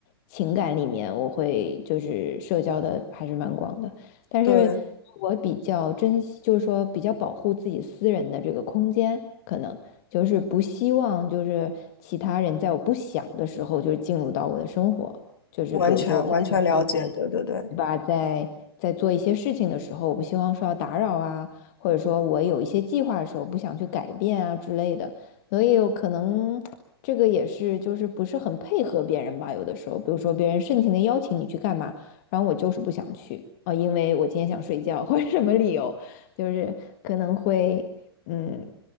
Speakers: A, on the left; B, on the left.
A: 情感里面，我会就是社交的还是蛮广的，但是
B: 对。
A: 我比较珍惜，就是说比较保护自己私人的这个空间，可能就是不希望就是其他人在我不想的时候就是进入到我的生活，就是比如说我现在正在
B: 完全完全了解，对对对，
A: 吧，在在做一些事情的时候，我不希望受到打扰啊，或者说我有一些计划的时候不想去改变啊之类的，所以有可能这个也是就是不是很配合别人吧，有的时候，比如说别人盛情的邀请你去干嘛，然后我就是不想去啊，因为我今天想睡觉或者什么理由，就是可能会嗯